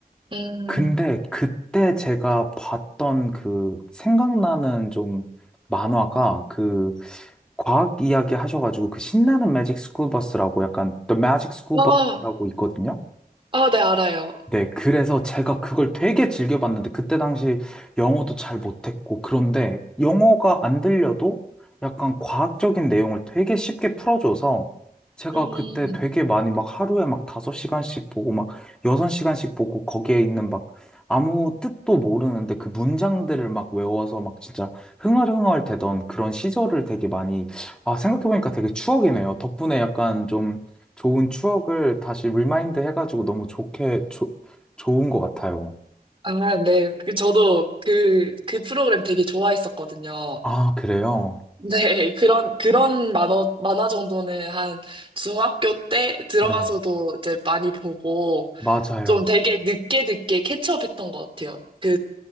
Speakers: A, on the right; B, in the centre.
A: 음,
B: 근데 그때 제가 봤던 그 생각나는 좀 만화가 그 과학 이야기 하셔가지고 그 신나는 매직 스쿨 버스라고 약간 The Magic School
A: 아,
B: Bus라고 있거든요.
A: 아, 네, 알아요.
B: 네, 그래서 제가 그걸 되게 즐겨봤는데, 그때 당시 영어도 잘 못했고, 그런데 영어가 안 들려도 약간 과학적인 내용을 되게 쉽게 풀어줘서, 제가
A: 음,
B: 그때 되게 많이 막 하루에 막섯시간씩 보고, 막섯시간씩 보고, 거기에 있는 막 아무 뜻도 모르는데 그 문장들을 막 외워서 막 진짜 흥얼흥얼 되던 그런 시절을 되게 많이, 아, 생각해보니까 되게 추억이네요. 덕분에 약간 좀 좋은 추억을 다시 리마인드 해가지고 너무 좋게, 조- 좋은 것 같아요.
A: 아, 네. 그 저도 그, 그 프로그램 되게 좋아했었거든요.
B: 아, 그래요?
A: 네, 그런, 그런 만화, 만화 정도는 한 중학교 때 들어가서도
B: 네,
A: 이제 많이 보고
B: 맞아요.
A: 좀 되게 늦게 늦게 캐치업했던 것 같아요. 그